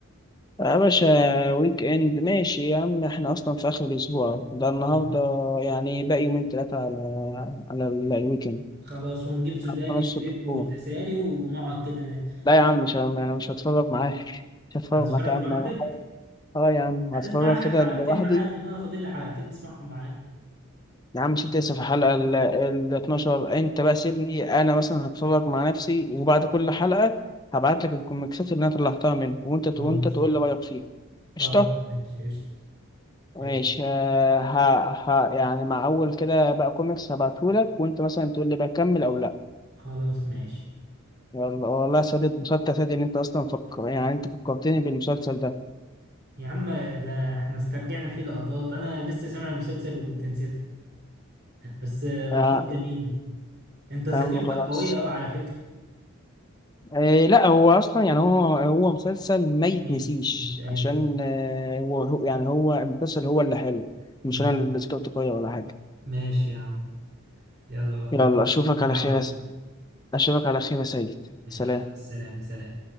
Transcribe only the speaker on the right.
<laughs> مم.
خلاص ونجيب سوداني
ولب
وتسالي ونقعد كده
هتتفرج
لوحدك
هتسمع
اخر
حلقتين
معايا كنا انا فاضل لي حلقتين تسمعهم معايا
اه
خلاص
ماشي
خلاص ماشي قشطة
قشطة
خلاص ماشي
يا عم ده احنا استرجعنا فيه لقطات انا لسه سامع المسلسل وكنت نسيتها بس آه، لقطات
جميلة انت ذاكرتك
قوية قوي على فكرة
ما يتنسيش ايوه
صح
مم.
ماشي يا عم يلا بقى
نشوف بعض
بقى
ماشي
مع السلامة سلام